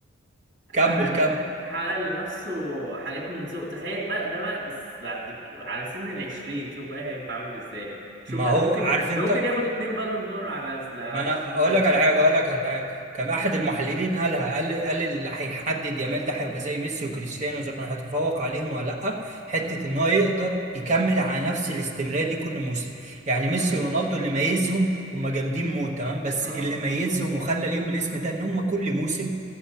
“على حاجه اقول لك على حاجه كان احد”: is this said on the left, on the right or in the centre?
Right